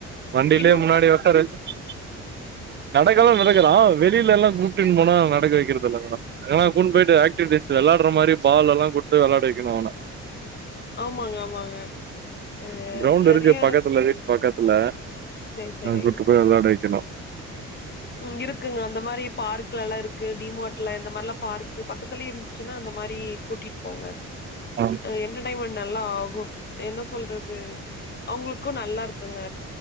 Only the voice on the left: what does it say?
இன்னும்
சொல்லுங்க
ஆமாங்க ஆமாங்க அ
நெறைய
செரி செரி
ம் இருக்குங்க அந்த மாரி பார்க்லல்லாம் இருக்கு டிமாட்ல இந்த மாரில்லாம் பார்க்கு பக்கத்துலயே இருந்துச்சுன்னா அந்த மாரி கூட்டிட்டு போங்க
என்டர்டேமெண்ட் நல்லா ஆகும் என்ன சொல்றது அவங்களுக்கும் நல்லா இருக்குங்க